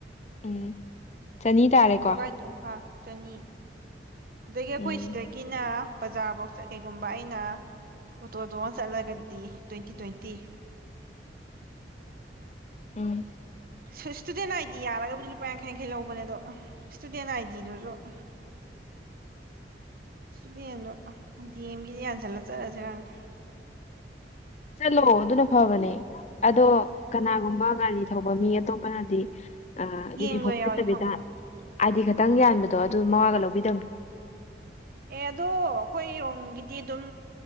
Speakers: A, on the left; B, on the right.
A: ꯎꯝ ꯆꯅꯤ ꯇꯥꯔꯦꯀꯣ
B: ꯀꯣꯒꯥꯏ ꯇꯨ ꯏꯝꯐꯥꯜ ꯆꯅꯤ ꯑꯗꯒꯤ ꯑꯩꯈꯣꯏ
A: ꯎꯝ
B: ꯁꯤꯗꯒꯤꯅ ꯕꯖꯥꯔꯐꯧ ꯀꯩꯒꯨꯝꯕ ꯑꯩꯅ ꯑꯣꯇꯣ ꯇꯣꯛꯑ ꯆꯠꯂꯒꯗꯤ ꯇ꯭ꯋꯦꯟꯇꯤ ꯇ꯭ꯋꯦꯟꯇꯤ <inaudible>
A: ꯎꯝ
B: ꯣꯏ ꯁ꯭ꯇꯨꯗꯦꯟ ꯑꯥꯏ ꯗꯤ ꯌꯥꯔꯒꯕꯨꯗꯤ ꯂꯨꯄꯥ ꯌꯥꯡꯈꯩꯡꯈꯩ ꯂꯧꯕꯅꯦꯗꯣ ꯁ꯭ꯇꯨꯗꯦꯟ ꯑꯥꯏ ꯗꯤꯗꯨꯁꯨ <inaudible> ꯁꯨꯗꯤꯗꯣ ꯗꯤ ꯑꯦꯝꯒꯤꯗꯤ ꯌꯥꯟꯁꯤꯜꯂ ꯆꯠꯂꯁꯦꯔꯪꯗ
A: ꯆꯠꯂꯣ ꯑꯗꯨꯅ ꯐꯕꯅꯦ ꯑꯗꯣ ꯀꯅꯥꯒꯨꯝꯕ ꯒꯥꯔꯤ ꯊꯧꯕ ꯃꯤ ꯑꯇꯣꯞꯄꯅꯗꯤ ꯑ ꯑꯗꯨꯗꯤ
B: ꯌꯦꯡꯕ
A: ꯍꯣꯀꯠꯇꯕꯤꯗ
B: ꯌꯥꯎꯋꯦ ꯈꯪꯕ
A: ꯍꯥꯏꯗꯤ ꯈꯇꯪ ꯌꯥꯟꯕꯗꯣ ꯑꯗꯨ ꯃꯉꯥꯒ ꯂꯧꯕꯤꯗꯕꯅꯤ
B: ꯑꯦ ꯑꯗꯣ ꯑꯩꯈꯣꯏ ꯏꯔꯣꯝꯒꯤꯗꯤ ꯑꯗꯨꯝ